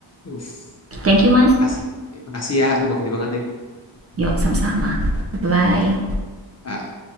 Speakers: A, on the left; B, on the right.
A: Uf,
B: thank you mas.
A: makasih. Makasih ya, aduh makasih banget nih.
B: Yuk, sama-sama. Bye.
A: Ah,